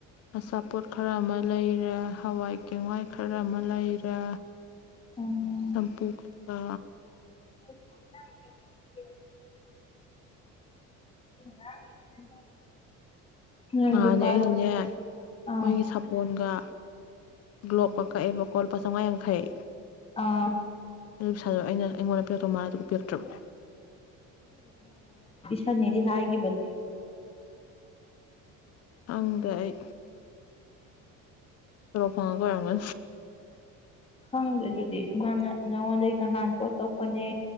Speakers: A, on the left; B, on the left.
A: ꯑꯆꯥꯄꯣꯠ ꯈꯔ ꯑꯃ ꯂꯩꯔꯦ ꯍꯋꯥꯏ ꯆꯦꯡꯋꯥꯏ ꯈꯔ ꯑꯃ ꯂꯩ ꯌꯥ
B: ꯎꯝ
A: ꯁꯝꯄꯨꯒꯥ
B: <inaudible> <inaudible>
A: ꯉꯍꯥꯟꯅꯦ
B: ꯂꯨꯄꯥ
A: ꯑꯩꯅꯅꯦ
B: ꯑꯥ
A: ꯃꯣꯏꯒꯤ ꯁꯥꯄꯣꯟꯒ ꯒ꯭ꯂꯣꯞꯀ ꯀꯛꯑꯦꯕꯀꯣ ꯂꯨꯄꯥ ꯆꯥꯎꯉꯥ ꯌꯥꯡꯈꯩ
B: ꯑꯥ
A: ꯑꯗꯨ ꯁꯥꯖꯕ ꯑꯩꯅ ꯑꯩꯉꯣꯟꯗ ꯄꯤꯔꯛꯇꯧ ꯃꯥꯜꯂꯦ ꯑꯗꯨꯒ ꯄꯤꯔꯛꯇ꯭ꯔꯕ
B: ꯁꯅꯤꯗꯤ ꯍꯥꯏꯈꯤꯕꯅꯤ
A: ꯈꯪꯗꯦ ꯑꯩ ꯐꯉ ꯀꯔꯝꯕ
B: ꯈꯪꯗꯦ ꯑꯗꯨꯗꯤ ꯃꯥꯅ ꯅꯉꯣꯟꯗꯒꯤ ꯅꯍꯥꯟ ꯄꯣ ꯇꯣꯛꯄꯅꯦ